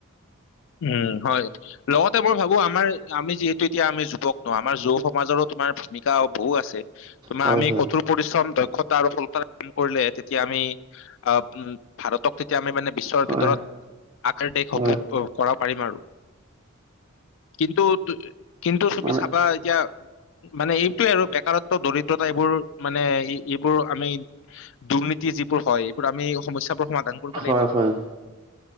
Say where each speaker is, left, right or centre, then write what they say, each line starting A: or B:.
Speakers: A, on the left; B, on the right.
A: উম, হয় লগতে মই ভাবোঁ আমাৰ আমি যিহেতু এতিয়া আমি যুৱক নহয়, আমাৰ য সমাজৰো তোমাৰ ভূমিকা বহু আছে, তোমাৰ
B: হয়,
A: আমি
B: হয়,
A: কথোৰ পৰিশ্ৰম দক্ষতা আৰু ফলতা কাম কৰিলে তেতিয়া আমি আহ, ভাৰতক তেতিয়া আমি মানে বিশ্বৰ
B: হয়,
A: ভিতৰত আশাৰ দেশ হ'ব
B: হয়,
A: কৰা পাৰিম আৰু, কিন্তু-কিন্তু চবি
B: মানে
A: চাবা এতিয়া মানে এইটোৱে আৰু বেকাৰত্ব দৰিদ্ৰতা এইবোৰ মানে এইবোৰ আমি দুৰ্নীতি যিবোৰ হয়, এইবোৰ আমি সমস্যাবোৰ সমাধান কৰিব লাগিব
B: হয়, হয়।